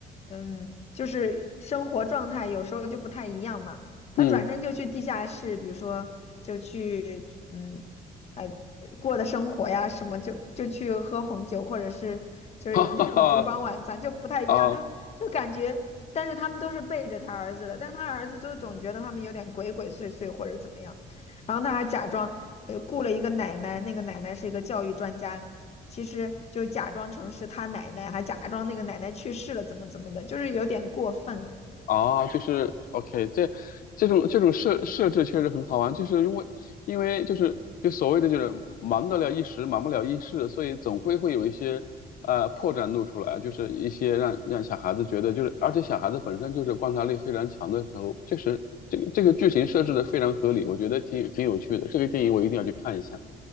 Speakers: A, on the left (about 40°); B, on the left (about 65°).
A: 嗯，就是生活状态有时候就不太一样嘛。他转身就去地下室，
B: 嗯，
A: 比如说就去嗯。哎过的生活呀什么，就就去喝红酒，或者是就是有那种烛光晚餐，
B: <laughs> 哈哈哈
A: 就不太一样，
B: 啊。
A: 就就感觉，但是他们都是背着他儿子的，但他儿子就总觉得他们有点鬼鬼祟祟或者怎么样，然后他还假装呃雇了一个奶奶，那个奶奶是一个教育专家。其实就假装成是他奶奶，还假装那个奶奶去世了，怎么怎么的，就是有点过分了。
B: 啊，就是 OK，这这种这种设设置确实很好玩，就是因为因为就是就所谓的就是忙得了一时，忙不了一世，所以总会会有一些呃破绽露出来，就是一些让让小孩子觉得就是，而且小孩子本身就是观察力非常强的时候，确实这个这个剧情设置的非常合理，我觉得挺有挺有趣的，这个电影我一定要去看一下。